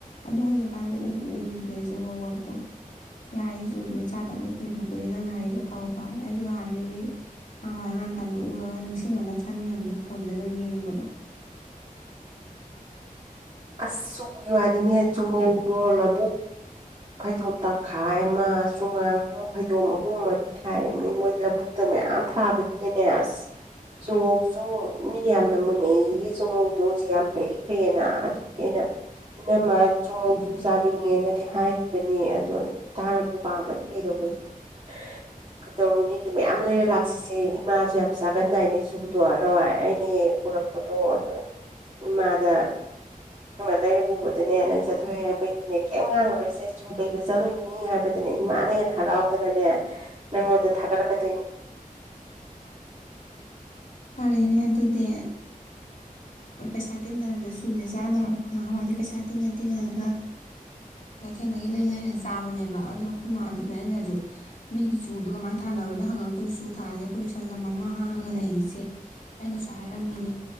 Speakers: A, on the left; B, on the right.
A: ꯑꯗꯣ ꯍꯧꯖꯤꯛ ꯀꯥꯟꯗ ꯎꯕꯨ ꯎꯈꯤꯗ꯭ꯔꯦ ꯆꯨꯉꯧꯒꯥꯛꯇꯣ ꯌꯥꯏꯌꯦ ꯆꯨꯗꯣ ꯆꯥꯗꯕ ꯀꯨꯏꯕꯨ ꯀꯨꯏꯔꯦ ꯅꯪꯅ ꯍꯥꯏꯔꯛꯏꯁꯦ ꯐꯥꯕꯨ ꯐꯥꯔꯦ ꯑꯩꯁꯨ ꯍꯥꯟꯅꯗꯒꯤ ꯃꯥꯥ ꯍꯣꯏ ꯑꯉꯥꯡ ꯀꯥꯟꯗ ꯎꯔꯒ ꯅꯤꯡꯁꯤꯡꯉꯒ ꯆꯥꯅꯤꯡꯉꯝꯃꯤꯅꯤ ꯐꯣꯟꯗꯒ ꯌꯦꯡꯕꯗꯣ
B: ꯑꯁ ꯆꯨꯒꯤ ꯋꯥꯗꯤꯅꯦ ꯆꯨꯉꯧꯗꯣ ꯂꯧꯕꯛ ꯐꯩꯗꯣꯝ ꯇꯪꯈꯥꯏ ꯑꯃ ꯆꯨꯉꯥꯡꯗꯣ ꯐꯩꯗꯣꯝ ꯑꯍꯨꯝ ꯃꯔꯤ ꯊꯥꯏꯑꯃꯤ ꯃꯣꯏ ꯂꯧꯕꯨꯛꯇ ꯃꯌꯥꯝ ꯊꯥꯕꯅꯤꯅꯅꯦ ꯑꯁ ꯆꯨꯉꯧꯁꯨ ꯃꯤꯅ ꯌꯥꯝꯅ ꯃꯨꯟꯅꯩ ꯑꯌꯦ ꯆꯨꯉꯧꯗꯣ ꯍꯧꯖꯤꯛ ꯌꯥꯝ ꯐꯩ ꯐꯩꯌꯦꯅ ꯑꯗꯨ ꯑꯦꯅ ꯏꯅꯝꯃ ꯆꯣꯡꯉꯧꯗꯨꯁꯨ ꯆꯥꯅꯤꯡꯉꯦꯅꯗꯤ ꯍꯥꯏꯒꯤꯕ ꯅꯦ ꯑꯗꯣ ꯏꯇꯥꯅꯕꯨ ꯄꯥꯝꯕꯗꯤ ꯀꯩꯗꯧꯕꯒꯤ <unintelligible> ꯀꯩꯗꯧꯔꯨꯅꯤꯒꯦ ꯃꯌꯥꯝ ꯂꯩꯔ ꯂꯥꯛꯁꯤꯁꯦ ꯏꯃꯥꯁꯨ ꯌꯥꯝ ꯆꯥꯒꯟꯗꯥꯏꯅꯦ ꯆꯨꯗꯣ ꯅꯍꯥꯟꯋꯥꯏ ꯑꯩꯅ ꯍꯦꯛ ꯍꯦꯛ ꯄꯨꯔꯛꯄꯗꯣ ꯑꯗꯣ ꯏꯃꯥꯗ ꯀꯔꯨ ꯄꯨꯕꯗꯅꯦ ꯅꯪ ꯆꯠꯊꯣꯛꯑꯦ ꯍꯥꯏꯕꯩꯒꯤꯅꯦ ꯀꯩꯝ ꯉꯥꯡꯉꯔꯣꯏꯁꯦ ꯁꯨ ꯀꯩꯕ ꯆꯠꯂꯨꯅꯤ ꯍꯥꯏꯕꯗꯨꯅꯦ ꯏꯃꯥꯅ ꯍꯦꯟꯅ ꯍꯔꯥꯎꯗꯅꯅꯦ ꯅꯪꯉꯣꯟꯗ ꯊꯥꯒꯠꯂꯛꯀꯗꯣꯏꯅꯤ
A: ꯐꯔꯤꯅꯦ ꯑꯗꯨꯗꯤ <inaudible> ꯁꯥꯥ ꯇꯤꯡꯗꯅꯁꯨ ꯆꯨꯁꯦ ꯆꯥꯅꯔꯔꯕ ꯍꯋꯥꯏꯗꯤ ꯄꯩꯁꯥ ꯇꯤꯡꯉ ꯇꯤꯡꯉꯒ ꯀꯩꯊꯦꯜꯗꯒꯤ ꯂꯩ ꯂꯩꯔ ꯆꯥꯕꯅꯦꯕ ꯑꯗꯣ ꯑꯩꯈꯣꯏ ꯃꯥꯗꯅ ꯑꯩꯅꯁꯨ ꯃꯤꯒꯤ ꯆꯨꯗꯨꯣ ꯀꯃꯥꯏꯅ ꯊꯥꯅꯕꯅꯣ ꯍꯪꯉꯒ ꯑꯩꯈꯣꯏꯁꯨ ꯆꯨ ꯊꯥꯔꯁꯦ ꯑꯩꯈꯣꯏꯁꯨ ꯁꯟꯂꯝ ꯑꯃ ꯍꯥꯡꯉꯒ ꯂꯩꯔꯤꯁꯦ <inaudible> ꯑꯩꯅꯁꯨ ꯍꯥꯏꯔꯝꯃꯤꯅꯦ